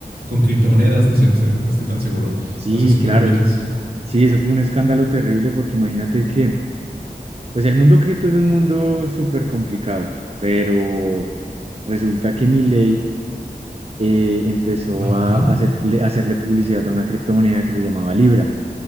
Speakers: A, on the right (about 65°); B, on the right (about 40°).
A: con criptomonedas, no sé, no sé, no estoy tan seguro.
B: Sí,
A: No sé si
B: claro.
A: tú lo ubicas.
B: Sí, eso fue un escándalo terrible porque imagínate que, pues el mundo cripto es un mundo súper complicado, pero resulta que Milei eh, empezó
A: Ajá,
B: a
A: ajá.
B: hacer- le- hacerle publicidad a una criptomoneda que se llamaba Libra.